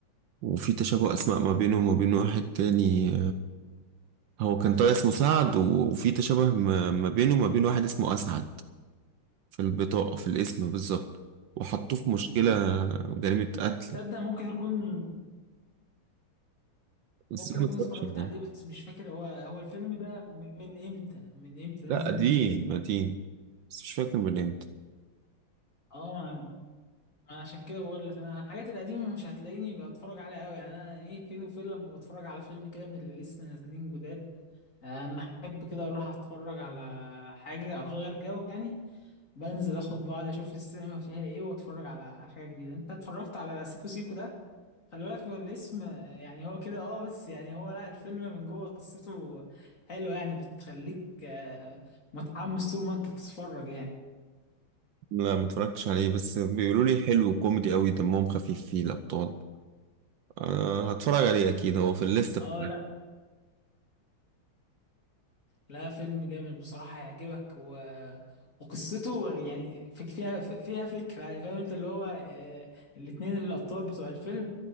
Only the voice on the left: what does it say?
مم،
تصدق ممكن أكون
ممكن
اكون
اتفرجت
عليه بس مش فاكر هو هو الفيلم ده من من امتى من امتى نازل
من امتى
اه ما انا عشان كده بقول لك انا الحاجات القديمه مش هتلاقيني بتفرج عليها قوي يعني انا ايه فين وفين لما بتفرج على فيلم كده من اللي لسه نازلين جداد اما احب كده اروح اتفرج على حاجه اغير جو يعني بنزل اخد بعض اشوف السينما فيها ايه واتفرج على حاجه جديده انت اتفرجت على سيكو سيكو ده خلي بالك من الاسم يعني هو كده اه بس يعني هو لا الفيلم من جوه قصته حلوة يعني بتخليك آه، متحمس طول ما انت بتتفرج يعني
اه
لا لا فيلم جامد بصراحة هيعجبك و... وقصته يعني فيك- فيها فيها فكرة يعني فاهم انت اللي هو آه، الاتنين الأبطال بتوع الفيلم